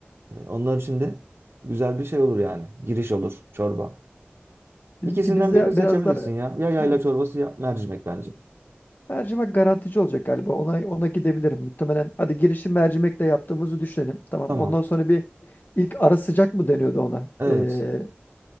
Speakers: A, on the right; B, on the left.
A: e, onlar için de güzel bir şey olur yani. Giriş olur çorba.
B: Bizimki
A: İkisinden
B: bizde
A: birini seçebilirsin
B: biraz daha
A: ya. Ya yayla
B: ha,
A: çorbası ya mercimek bence.
B: mercimek garantici olacak galiba. Ona ona gidebilirim muhtemelen. Hadi girişim mercimekle yaptığımızı düşünelim. Tamam.
A: Tamam.
B: Ondan sonra bir ilk ara sıcak mı deniyordu ona?
A: Evet.
B: E,